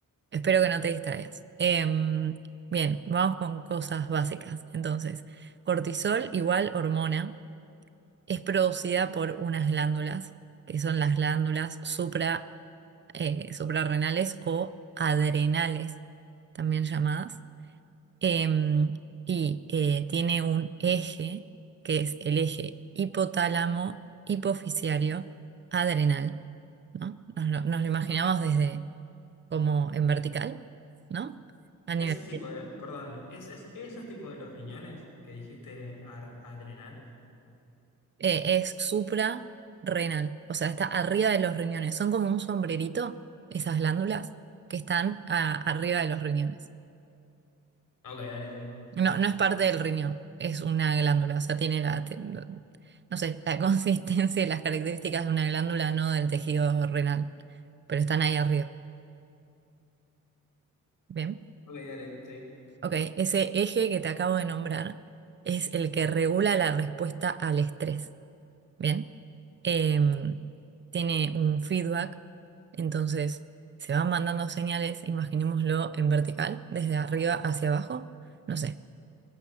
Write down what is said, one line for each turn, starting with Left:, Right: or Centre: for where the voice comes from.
Right: espero que no te distraigas. Em, bien, vamos con cosas básicas. Entonces, cortisol igual hormona es producida por unas glándulas, que son las glándulas supra, eh, suprarrenales o adrenales, también llamadas. Em, y eh, tiene un eje, que es el eje hipotálamo, hipofisiario, adrenal, ¿no? Nos lo, nos lo imaginamos desde como en vertical, ¿no? A nivel,
Left: Esos tipos de, perdón, es- es- esos tipos de los riñones que dijiste ar- adrenal.
Right: eh, es suprarrenal, o sea, está arriba de los riñones. Son como un sombrerito, esas glándulas que están a- arriba de los riñones.
Left: Ok, dale, sí.
Right: No, no es parte del riñón, es una glándula, o sea, tiene la, te- no no sé, la <laughs> consistencia y las características de una glándula, no del tejido renal, pero están ahí arriba. Bien.
Left: Ok, dale, sí.
Right: Ok, ese eje que te acabo de nombrar es el que regula la respuesta al estrés. Bien. Em, tiene un feedback, entonces se van mandando señales, imaginémoslo en vertical, desde arriba hacia abajo, no sé.